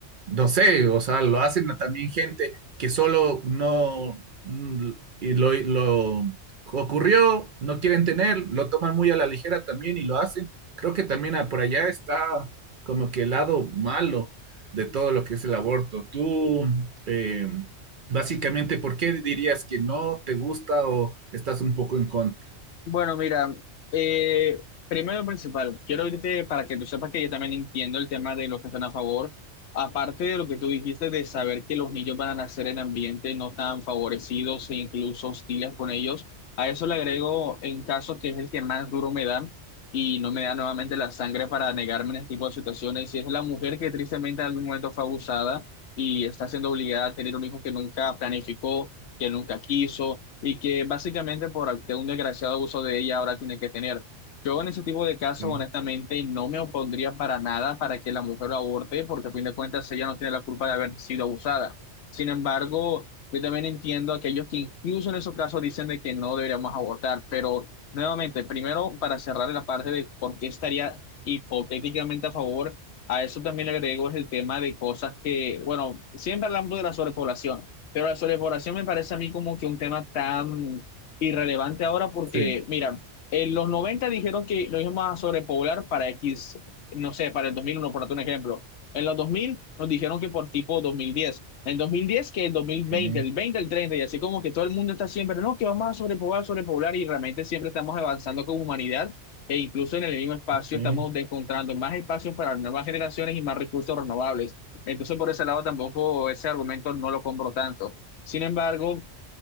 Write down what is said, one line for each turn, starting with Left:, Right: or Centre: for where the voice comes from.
Right: no sé, o sea, lo hacen a también gente que solo no mm, y lo, lo ocurrió, no quieren tener, lo toman muy a la ligera también y lo hacen. Creo que también ah, por allá está como que el lado malo de todo lo que es el aborto. Tú, eh, básicamente, ¿por qué dirías que no te gusta o estás un poco en contra?
Left: Bueno, mira, eh, primero y principal, quiero irte para que tú sepas que yo también entiendo el tema de los que están a favor. Aparte de lo que tú dijiste de saber que los niños van a nacer en ambientes no tan favorecidos e incluso hostiles con ellos, a eso le agrego en caso que es el que más duro me da y no me da nuevamente la sangre para negarme en este tipo de situaciones. Y es la mujer que tristemente en algún momento fue abusada y está siendo obligada a tener un hijo que nunca planificó que nunca quiso y que básicamente por al- de un desgraciado abuso de ella ahora tiene que tener. Yo en ese tipo de casos,
Right: ¿Qué?
Left: honestamente, no me opondría para nada para que la mujer lo aborte, porque a fin de cuentas ella no tiene la culpa de haber sido abusada. Sin embargo, yo también entiendo a aquellos que incluso en esos casos dicen de que no deberíamos abortar, pero nuevamente, primero para cerrar la parte de por qué estaría hipotéticamente a favor, a eso también le agrego es el tema de cosas que, bueno, siempre hablamos de la sobrepoblación. Pero la sobrepoblación me parece a mí como que un tema tan irrelevante ahora porque,
Right: Sí,
Left: mira, en los 90 dijeron que lo íbamos a sobrepoblar para X, no sé, para el dos mil uno por darte un ejemplo. En los 2000 nos dijeron que por tipo dos mil diez En dos mil diez que el dos mil
Right: ¿qué?
Left: veinte el veinte el treinta y así como que todo el mundo está siempre, no, que vamos a sobrepoblar, sobrepoblar, y realmente siempre estamos avanzando como humanidad e incluso en el mismo espacio
Right: ¿Qué?
Left: estamos encontrando más espacios para nuevas generaciones y más recursos renovables. Entonces, por ese lado tampoco ese argumento no lo compro tanto. Sin embargo,